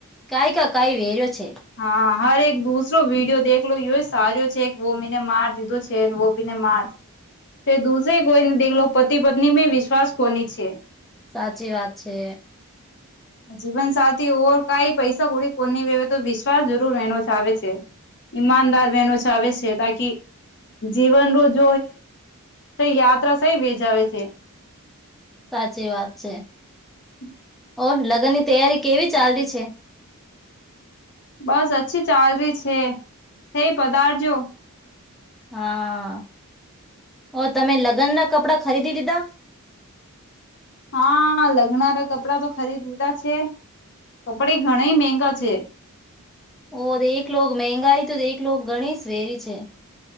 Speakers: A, in the centre; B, on the left.
A: કઈ ક કઈ વેર્યો છે
B: હા હરે એક દુસરો વિડીિયો દેખલો યોય સાર્યો છે વો બીને માર દીધો છે વો બીને માર તે દૂસેરે કોઈને દેખલો પતિ પત્ની મે વિશ્વાસ કોની છે
A: સાચી વાત છે
B: જીવનસાથી ઓર કઈ પૈસા પૂડી કોની વ્યવસ્થા તો વિશ્વાસ જરૂર વનો ચાવ છે ઈમાનદાર વનો ચ આવે છે તાકી જીવન રજ એ યાત્રા સહી વેજાવે છે
A: સાચી વાત છે
B: હમ
A: ઓ લગ્ન ની તૈયારી કેવી ચાલલી છે
B: બસ અછી ચાલ ર છે હે પધારજો
A: હા ઓ તમે લગ્નનાં કપડાં ખરીદી દીધા
B: હા લગ્નારા કપડાં તો ખરીદ લીધા છે કપડા ઘણા મગા છે
A: ઓ દ એકલો મંગાઈ તો દ એકલો ઘણી વેરી છે